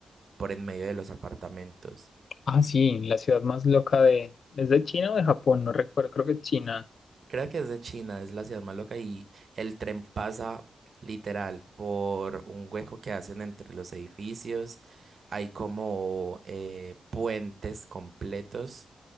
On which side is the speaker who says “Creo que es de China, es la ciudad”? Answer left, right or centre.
Right